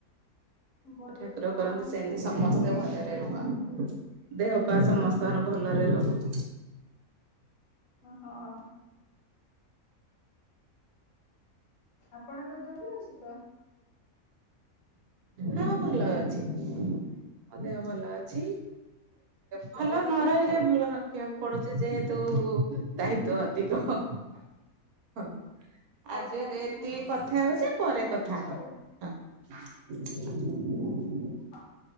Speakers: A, on the left (about 65°); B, on the right (about 80°).
A: ବଡ
B: ଠାକୁର
A: ବଡ
B: କରନ୍ତୁ
A: ମଣି
B: ସେମିତି
A: ହେରିକା ବି
B: ସମସ୍ତେ
A: ଆଇଛନ୍ତି।
B: ଭଲରେ
A: ଅଛନ୍ତି
B: ରୁହନ୍ତୁ।
A: ଭଲ।
B: ଦେହ ପା ସମସ୍ତଙ୍କର ଭଲରେ ରହୁ।
A: ଓ ହଁ। ଆପଣଙ୍କ ଦେହ ଭ ଅଛି ତ?
B: ହଁ ଭଲ ଅଛି। ହଁ ଦେହ ଭଲ ଅଛି ଭଲ
A: ହଉ
B: ନ
A: ତାହେଲେ
B: ରହିଲେ
A: ଆଉ।
B: ଭଲ ରଖ୍ ରଖିବାକୁ ପଡୁଚି ଯେହେତୁ ଦାୟିତ୍ଵ ଅଧିକ ହଉ- ହଉ।
A: ହଉ
B: ଆଜି
A: ତାହେଲେ
B: ଏତିକି
A: ମୁଁ
B: କଥା ହଉଚେ ପରେ
A: ରଖୁଛି
B: କଥା ହବା।
A: ଆଉ।
B: ହଁ।
A: ଅଁ।